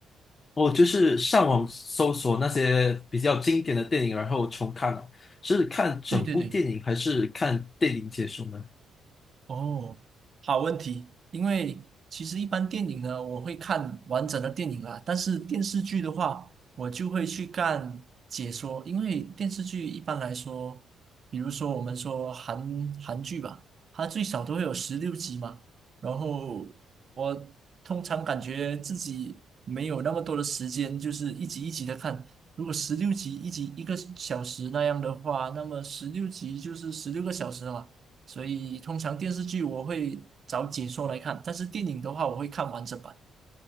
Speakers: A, on the left; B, on the right.
A: 哦，就是上网搜索那些比较经典的电影，然后重看了，是看整部电影还是看电影解说呢？
B: 对对对。哦，好问题。因为其实一般电影呢，我会看完整的电影啦，但是电视剧的话，我就会去看解说。因为电视剧一般来说，比如说我们说韩韩剧吧，它最少都会有十六集嘛。然后我通常感觉自己没有那么多的时间，就是一集一集的看。如果十六集一集一个小时那样的话，那么十六集就是十六个小时了嘛所以通常电视剧我会找解说来看，但是电影的话我会看完整版。